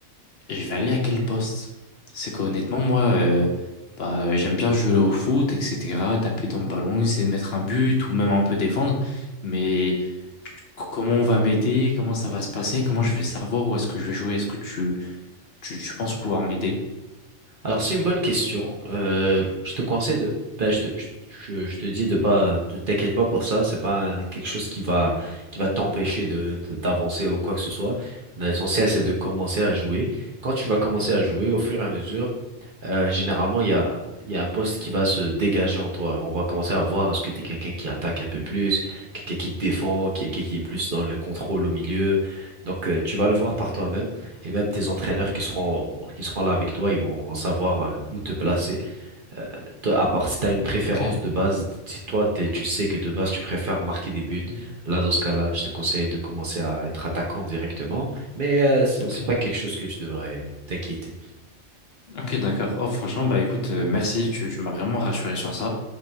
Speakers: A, on the left; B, on the right.
A: Je vais aller à quel poste? C'est qu'honnêtement, moi, euh, bah, j'aime bien jouer au foot, etc., taper dans le ballon, essayer de mettre un but ou même un peu défendre. Mais c- comment on va m'aider? Comment ça va se passer? Comment je vais savoir où est-ce que je vais jouer? Est-ce que tu, tu, tu penses pouvoir m'aider?
B: Alors c'est une bonne question. Euh, je te conseille de, ben, je te, je, je- je te dis de pas, de t'inquiète pas pour ça. C'est pas un- quelque chose qui va, qui va t'empêcher de, de- d'avancer ou quoi que ce soit. L'essentiel c'est de commencer à jouer. Quand tu vas commencer à jouer, au fur et à mesure, euh, généralement, il y a, il y a un poste qui va se dégager en toi. On va commencer à voir est-ce que t'es quelqu'un qui attaque un peu plus, quelqu'un qui te défend, quelqu'un qui est plus dans le contrôle au milieu. Donc, euh, tu vas le voir par toi-même et même tes entraîneurs qui seront, qui seront là avec toi, ils vont, vont savoir euh, où te placer. Toi, À part si t'as une préférence
A: Ok,
B: de base, si toi, t'es- tu sais que de base, tu préfères marquer des buts,
A: Mhm.
B: là, dans ce cas-là, je te conseille de commencer à être attaquant directement. Mais euh, c'est
A: ok.
B: c'est pas quelque chose que tu devrais t'inquiéter.
A: Ok, d'accord. Oh, franchement, bah écoute, euh, merci, tu, tu m'as vraiment rassuré sur ça.